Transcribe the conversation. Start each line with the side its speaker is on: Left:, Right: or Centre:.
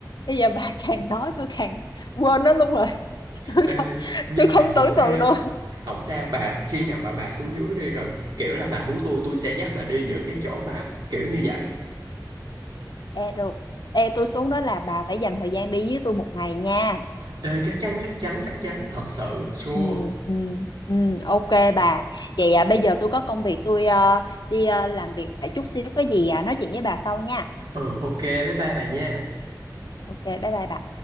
Left: Bây giờ bà càng nói tôi càng quên nó luôn rồi. <laughs> Tôi
Right: Ê,
Left: không
Right: nhưng
Left: tôi
Right: mà
Left: không
Right: không
Left: tưởng
Right: sao
Left: tượng được
Right: không sao bà khi nào mà bà xuống dưới đi rồi kiểu là bà hú tôi tôi sẽ dắt bà đi những cái chỗ mà kiểu như vậy
Left: Ê được. Ê tôi xuống đó là bà phải dành thời gian đi với tôi một ngày nha.
Right: Ê, chắc chắn chắc chắn chắc chắn thật sự sure
Left: Ừ, ừ, ừ, ok bà. Vậy à, bây giờ tôi có công việc tôi ờ, đi ờ, làm việc lại chút xíu có gì à, nói chuyện với bà sau nha.
Right: ừ ok bye bye bà nha
Left: Ok, bye bye bà.